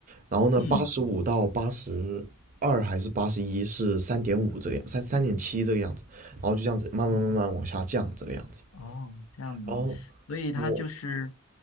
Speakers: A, on the right (about 40°); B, on the left (about 75°).
A: 然后呢，
B: 嗯，
A: 八十五到八十二还是八十一是三点五这个样，三三点七这个样子，然后就这样子慢慢慢慢往下降这个样子。
B: 哦。哦，这样子，
A: 然后
B: 所以他就是
A: 我